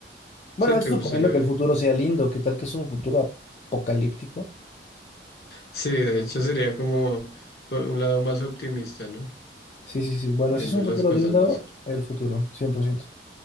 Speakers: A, on the left; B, on the left.
A: Bueno,
B: Sí,
A: eso
B: te
A: suponiendo
B: gustaría.
A: que el futuro sea lindo. ¿Qué tal que es un futuro apocalíptico?
B: Sí, de hecho sería como por un lado más optimista, ¿no?
A: Sí, sí, sí. Bueno,
B: Viendo
A: si es un
B: las
A: futuro
B: cosas
A: lindo,
B: más.
A: el futuro, 100%.